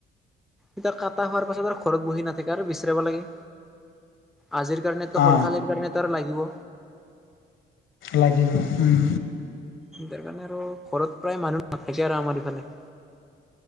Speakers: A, in the centre; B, on the left.
A: এইতা কাটা হোৱাৰ পাছত আৰু ঘৰত বহি নাথাকে আৰু বিচৰাব লাগে আজিৰ কাৰণেতো
B: অ
A: হ'ল কালিৰ কাৰণেতো আৰু লাগিব।
B: লাগিব, উম
A: তাৰ কাৰণে আৰু ঘৰত প্ৰায় মানুহ নাথাকে আৰু আমাৰ ইফালে।